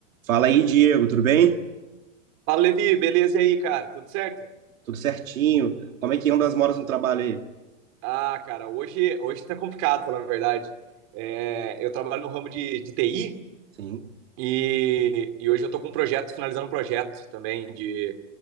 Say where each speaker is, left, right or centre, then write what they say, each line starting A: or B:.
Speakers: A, on the right (about 85°); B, on the right (about 45°).
A: Fala aí, Diego, tudo bem?
B: Fala, Levi, beleza e aí, cara? Tudo certo?
A: Tudo certinho? Como é que andam as moras no trabalho aí?
B: Ah, cara, hoje, hoje tá complicado, falar a verdade. É, eu trabalho no ramo de, de TI
A: Sim,
B: e, e hoje eu tô com um projeto, finalizando um projeto também de,